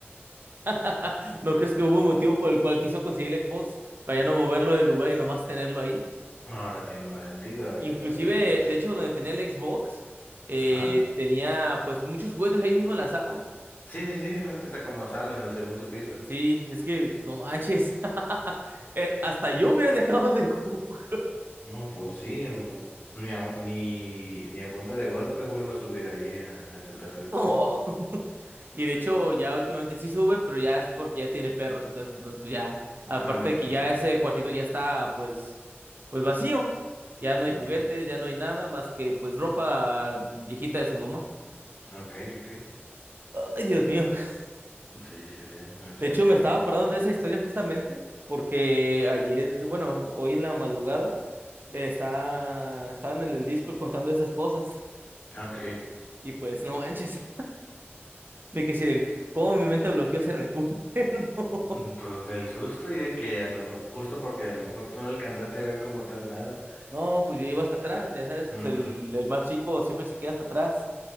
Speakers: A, on the right (about 50°); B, on the left (about 40°).
A: <laughs> ¿no crees que hubo un motivo por el cual quiso conseguir el Xbox para ya no moverlo del lugar y nomás tenerlo ahí?
B: Ahora tiene más sentido, ahora
A: Inclusive,
B: que lo mencionas.
A: de hecho, donde tenía el Xbox, eh,
B: Ajá.
A: tenía pues muchos juguetes ahí mismo en la sala.
B: Sí, sí, sí, esa, esa como sala en el segundo piso.
A: Sí, es que no manches. <laughs> Eh, hasta yo hubiera dejado de <laughs> jugar.
B: No, pues sí, no. ni a, ni, ni a punta de golpes vuelvo a subir ahí a, a este tercer
A: No.
B: piso.
A: <laughs> Y de hecho, ya últimamente sí sube, pero ya es porque ya tiene perros y todo eso. Entonces, pues ya, aparte
B: Ah, bueno,
A: de que
B: pues
A: ya
B: sí.
A: ese cuartito ya está, pues, pues vacío. Ya no hay
B: Ujú.
A: juguetes, ya no hay nada más que, pues, ropa viejita de su mamá.
B: Ok, ok.
A: Ay, Dios mío. <laughs>
B: Sí, sí, sí. O sea,
A: De hecho,
B: ok.
A: me estaba acordando de esa historia justamente porque ayer, bueno, hoy en la madrugada, eh, está, estaban en el Discord contando esas cosas.
B: Ok.
A: Y pues, no manches. Me quedé así de cómo mi mente bloqueó ese recuerdo. <laughs>
B: Mm, Pues del susto y de que a lo, me- justo porque a lo mejor tú no alcanzaste a ver como tal nada.
A: No, pues yo iba hasta atrás, ya sabes, pues
B: Ujú.
A: el, el más chico siempre se queda hasta atrás.